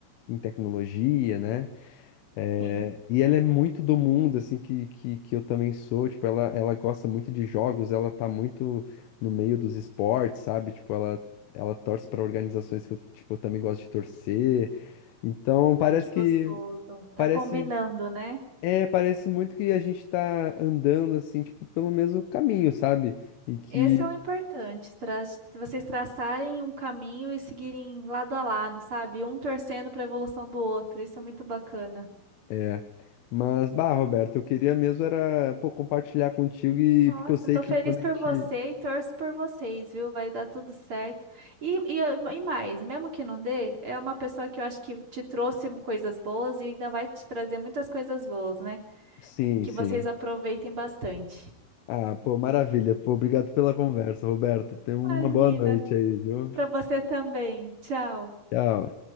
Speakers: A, on the left; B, on the right.
A: em tecnologia, né? É,
B: Sim.
A: e ela é muito do mundo, assim, que, que, que eu também sou. Tipo, ela, ela gosta muito de jogos, ela tá muito no meio dos esportes, sabe? Tipo, ela, ela torce para organizações que eu, tipo, eu também gosto de torcer. Então, parece
B: Ai, que gostoso.
A: que,
B: Tá
A: parece,
B: combinando, né?
A: é, parece muito que a gente tá andando, assim, tipo, pelo mesmo caminho, sabe? E que,
B: Esse é o importante. tra- Vocês traçarem um caminho e seguirem lado a lado, sabe? Um torcendo para a evolução do outro. Isso é muito bacana.
A: é... Mas, bah, Roberto, eu queria mesmo era, pô, compartilhar contigo e
B: Nossa,
A: porque eu sei
B: tô
A: que
B: feliz
A: quando
B: por
A: a gente
B: você e torço por vocês, viu? Vai dar tudo certo. E, e, e mais, mesmo que não dê, é uma pessoa que eu acho que te trouxe coisas boas e ainda vai te trazer muitas coisas boas, né?
A: Sim,
B: Que
A: sim.
B: vocês aproveitem bastante.
A: Ah, pô, maravilha. Pô, obrigado pela conversa, Roberto. Tenha uma
B: Imagina,
A: boa noite aí, viu?
B: pra você também. Tchau.
A: Tchau.